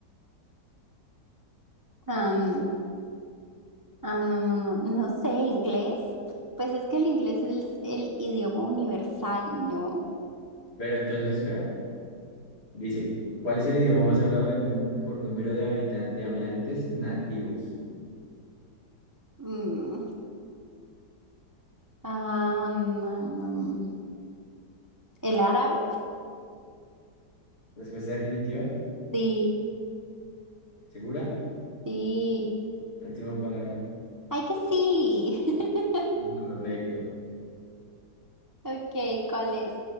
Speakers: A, on the right; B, on the left.
A: Am, am, am, am, am. No sé, inglés. Pues es que el inglés es el, idioma universal, ¿no?
B: Pero entonces, espera, dice, ¿cuál es el idioma más hablado del mundo por número de habitan- de hablantes nativos?
A: Mm. Am, am, am. ¿El árabe?
B: Respuesta definitiva,
A: Sí,
B: segura,
A: sí.
B: última palabra,
A: ¡Ay, que sí! <laughs>
B: incorrecto.
A: Ok, ¿cuál es?